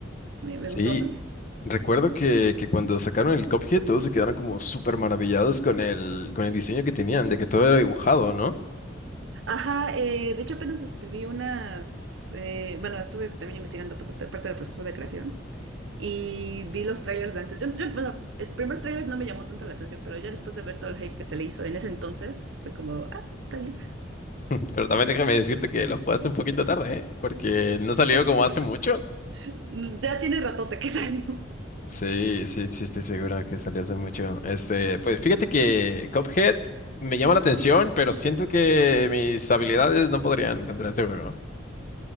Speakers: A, on the right; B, on the left.
A: me, me
B: Sí,
A: gustó bastante.
B: recuerdo que, que cuando sacaron el Cuphead todos se quedaron como súper maravillados con el, con el diseño que tenían, de que todo era dibujado, ¿no?
A: Ajá, eh, de hecho apenas este, vi unas, eh, bueno, estuve también investigando pues, parte del proceso de creación. Y vi los trailers de antes. Yo, yo, bueno, el primer trailer no me llamó tanto la atención, pero ya después de ver todo el hype que se le hizo en ese entonces, fue como, ah, está bien.
B: <laughs> Pero también déjame decirte que lo jugaste un poquito tarde, ¿eh? Porque no salió como hace mucho.
A: <laughs> Ya tiene ratote que salió.
B: Sí, sí, sí, estoy segura que salió hace mucho. Este, pues fíjate que Cuphead me llama la atención, pero siento que mis habilidades no podrían contra ese juego.